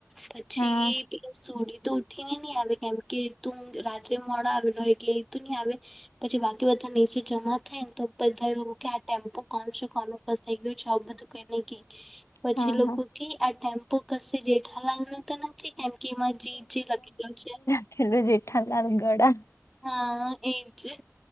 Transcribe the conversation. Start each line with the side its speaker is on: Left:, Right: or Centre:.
Centre: પછી
Left: હા
Centre: એ સોઢી તો ઉઠીને નહી આવે કેમ કે એતો રાત્રે મોડા આવેલો એટલે એ તું નહી આવે પછી બાકી બધા નીચે જમા થાય તો બધા એવું કે આ ટેમ્પો કોણ છે કોનું ગયું છે બધું એટલે કે પછી
Left: હા
Centre: લોકો
Left: હા
Centre: કે આ ટેમ્પો કશે જેઠાલાલ નો તો નથી કેમ કે એમાં જીજે લખેલો છે
Left: એટલે જેઠાલાલ ગડા
Centre: હા એજ ને